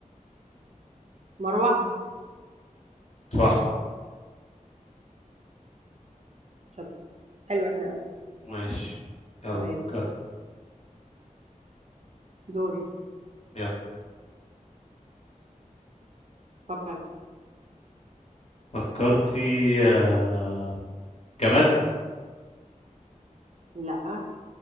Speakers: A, on the right (about 55°); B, on the left (about 55°).
A: مروحة
B: صح
A: شط حلو احنا قوي
B: ماشي يلا
A: تمام
B: فكر
A: دوري
B: يلا
A: فكر
B: فكرتي أه... جماد
A: لا